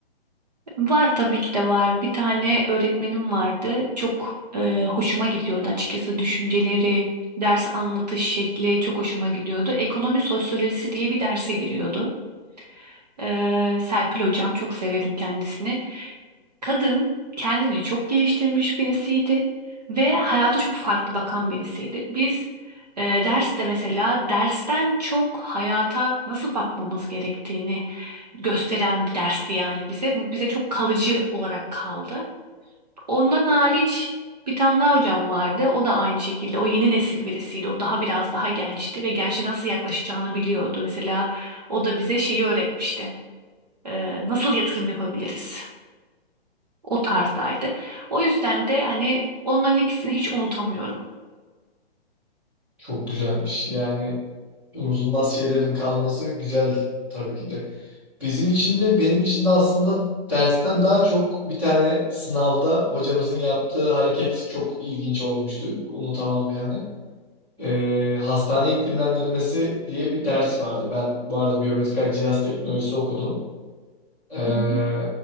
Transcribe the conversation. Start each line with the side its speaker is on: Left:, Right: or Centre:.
Right: Var tabii ki de var. Bir tane öğretmenim vardı. Çok e, hoşuma gidiyordu açıkçası düşünceleri, ders anlatış şekli çok hoşuma gidiyordu. Ekonomi sosyolojisi diye bir derse giriyordu. E, Serpil hocam çok severim kendisini. Kadın kendini çok geliştirmiş birisiydi ve hayata çok farklı bakan birisiydi. Biz e, derste mesela dersten çok hayata nasıl bakmamız gerektiğini gösteren bir dersti yani bize. Bu bize çok kalıcı olarak kaldı. Ondan hariç bir tane daha hocam vardı. O da aynı şekilde. O yeni nesil birisiydi. O daha biraz daha gençti ve gençlere nasıl yaklaşacağını biliyordu. Mesela o da bize şeyi öğretmişti. E, nasıl yatırım yapabiliriz? O tarzdaydı. O yüzden de hani onların ikisini hiç unutamıyorum.
Centre: Çok güzelmiş. Yani unutulmaz şeylerin kalması güzel tabii ki de. Bizim için de benim için de aslında dersten daha çok bir tane sınavda hocamızın yaptığı hareket çok ilginç olmuştu. Unutamam yani. Ee, hastane iklimlendirmesi diye bir ders vardı. Ben bu arada biyomedikal cihaz teknolojisi okudum. Ee,
Right: Hı hı.